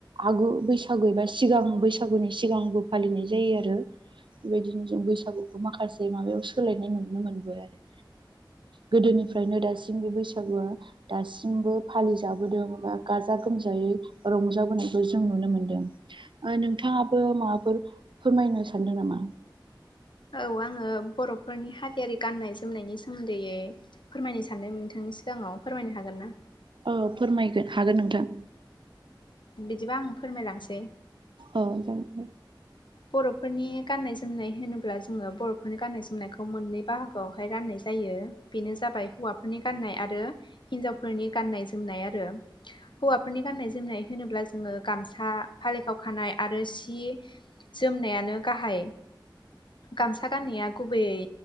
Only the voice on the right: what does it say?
आ बैसागु एबा सिगां बैसागुनि सिगांबो फालिनाय जायो आरो बेबायदिनो जों बैसागुखौ माखासे माबायाव सोलायनाय नुनो मोनबो आरो गोदोनिफ्रायनो दासिम बे बैसागुआ दासिमबो फालिजाबोदों एबा गाजा गोमजा रंजाबोनायखौ जों नुनो मोनदों नोंथाङाबो माबाफोर फोरमायनो सानदों नामा
औ फोरमायगोन हागोन नोंथां
औ जागोन दे